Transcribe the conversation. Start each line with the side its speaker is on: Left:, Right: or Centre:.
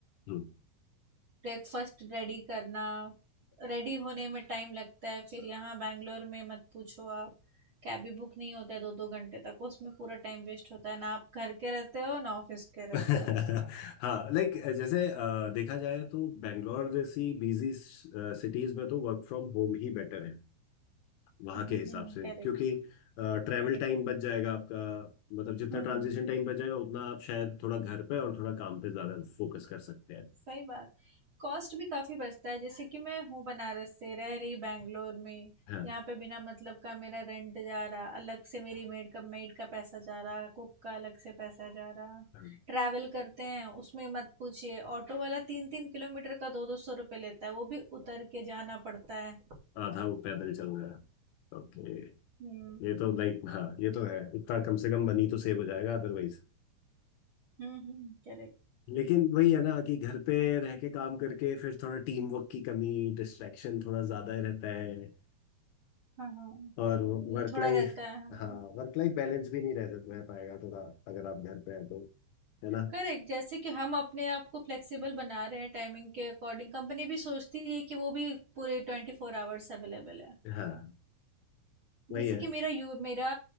Left: हम्म।
Right: ब्रेकफास्ट रेडी करना रेडी होने में टाइम लगता है फिर यहाँ बैंगलोर में मत पूछो आप कैब भी बुक नहीं होता है दो दो घंटे तक उसमें पूरा टाइम वेस्ट होता है ना आप घर के रहते हो ना ऑफिस के
Left: <laughs>
Right: रहते
Left: हाँ
Right: हो
Left: लाइक जैसे अ, देखा जाए तो बेंगलोर जैसी बिजी सिटीज में तो वर्क फ्रॉम होम ही बेटर है वहाँ
Right: हम्म
Left: के हिसाब
Right: हम्म
Left: से
Right: करेक्ट
Left: क्योंकि ट्रैवल
Right: करेक्ट
Left: टाइम
Right: हम्म correct,
Left: बच
Right: correct.
Left: जाएगा आपका मतलब जितना
Right: हम्म
Left: ट्रांजिशन
Right: हम्म।
Left: टाइम बच जाएगा उतना आप शायद थोड़ा घर पे और थोड़ा काम पे ज्यादा फोकस कर सकते हैं
Right: सही बात कॉस्ट भी काफी बचता है जैसे कि मैं हूँ बनारस से रह रही बैंगलोर में
Left: हाँ
Right: यहाँ पे बिना मतलब का मेरा रेंट जा रहा अलग से मेरी मेड का मेड का पैसा जा रहा कुक का अलग से पैसा जा रहा
Left: हाँ।
Right: ट्रैवल करते हैं उसमें मत पूछिए ऑटो वाला तीन तीन किलोमीटर का दो दो सौ रुपये लेता है वो भी उतर के जाना पड़ता है
Left: आधा वो पैदल चल रहा है ओके
Right: हम्म
Left: ये तो लाइक हाँ ये तो है इतना कम से कम मनी तो सेव हो जाएगा अदरवाइज
Right: हम्म हम्म करेक्ट
Left: लेकिन वही है ना कि घर पे रह के काम करके फिर थोड़ा टीम वर्क की कमी डिस्ट्रैक्शन थोड़ा ज्यादा ही रहता है
Right: हाँ हाँ
Left: और
Right: सही
Left: वर्क
Right: ये थोड़ा
Left: लाइफ
Right: रहता है हम
Left: हाँ वर्क लाइफ बैलेंस भी नहीं रह रह पाएगा थोड़ा अगर आप घर पे हैं तो है ना
Right: करेक्ट जैसे कि हम अपने आप को फ्लेक्सिबल बना रहे हैं टाइमिंग के अकॉर्डिंग कंपनी भी सोचती है कि वो भी पूरे ट्वेंटी फोर आवर्स अवेलेबल है
Left: हाँ वही
Right: जैसे
Left: है
Right: कि मेरा यू मेरा